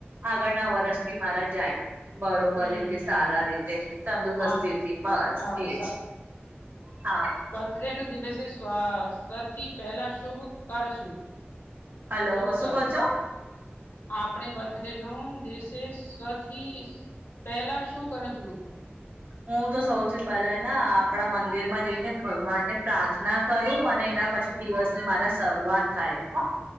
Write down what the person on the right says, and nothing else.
આગળના વરસ બી મારા જાય બરોબર
રીતે સારા રીતે તંદુરસ્તી
તી બસ
એજ હા
હલો
શું
કહો છો
હું તો સૌથી પહેલા ના આપણા મંદિર માં જઈને ભગવાનને પ્રાર્થના કરું અને એના
પછી દિવસ ની મારા શરૂઆત થાય હ